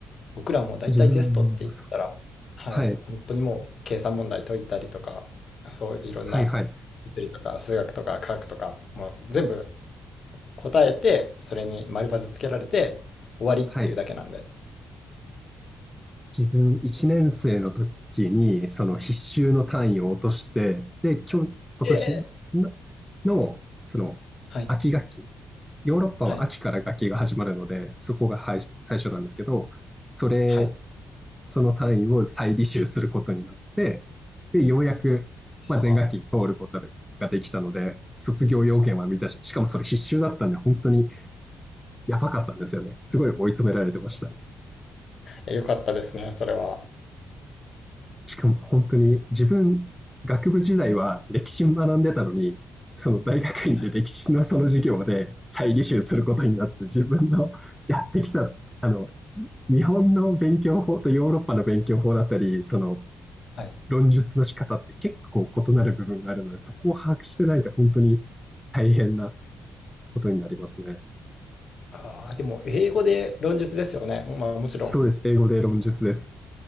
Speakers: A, on the left; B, in the centre.
A: 僕らもだいたいテストって言ったら、
B: 自分もそうですね。
A: はい、
B: はい。
A: 本当にもう計算問題解いたりとか、そういろんな
B: はいはい。
A: 物理とか数学とか科学とか、もう全部答えて、それに丸パスつけられて終わりっていうだけなんで。
B: はい。自分1年生の時にその必修の単位を落として、で、今日、今年の
A: ええ、
B: のその秋学期
A: はい、
B: ヨーロッパは秋から学期が始まるので、
A: はい、
B: そこがはい最初なんですけど、それ、
A: はい。
B: その単位を再履修することになって、で、ようやく、まあ、
A: ああ、
B: 前学期通ることができたので、卒業要件は満たし、しかもそれ必修だったんで、本当にやばかったんですよね。すごい追い詰められてました。
A: え、良かったですね、それは。
B: しかも本当に自分、学部時代は歴史学んでたのに、その大学院で歴史のその授業で再履修することになって、
A: はい。
B: 自分のやってきたあの日本の勉強法とヨーロッパの勉強法だったり、その
A: はい。
B: 論述の仕方って結構異なる部分があるので、そこを把握してないと本当に大変なことになりますね。
A: ああ、でも英語で論述ですよね。まあもちろん。
B: そうです、英語で論述です。